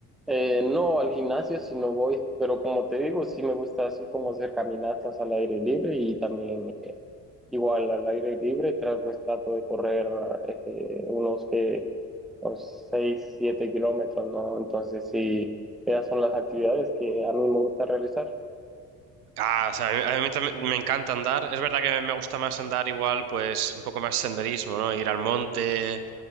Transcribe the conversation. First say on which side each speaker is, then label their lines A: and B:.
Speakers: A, in the centre; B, on the right.
A: Eh, no al gimnasio si no voy, pero como te digo, sí me gusta así como hacer caminatas al aire libre y también eh, igual al aire libre, tra- pues trato de correr eh, unos que unos 6 7 kilómetros, ¿no? Entonces sí, esas son las actividades que a mí me gusta realizar.
B: Ah, o sea, a mí, a mí también me encanta andar. Es verdad que me gusta más andar igual, pues un poco más senderismo, ¿no? Ir al monte